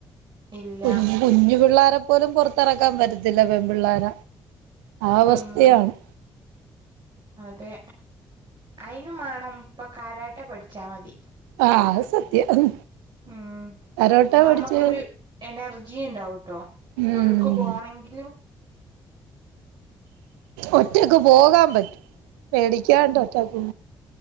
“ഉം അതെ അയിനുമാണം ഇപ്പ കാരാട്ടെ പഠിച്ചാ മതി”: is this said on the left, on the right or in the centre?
Right